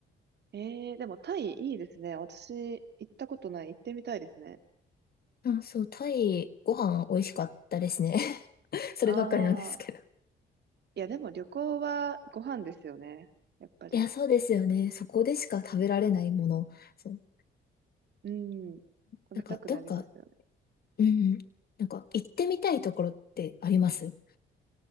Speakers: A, on the right; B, on the left.
A: ええでもタイいいですね。私、行ったことない。行ってみたいですね。
B: あ、そう、タイご飯美味しかったですね。<laughs> そればっかりなんですけど。
A: ああ、いや、でも旅行はご飯ですよね。やっぱり。
B: いや、そうですよね。そこでしか食べられないもの。そう。
A: うん。食べたくなりますよね。
B: なんか、どっか、うんうん。なんか、行ってみたいところってあります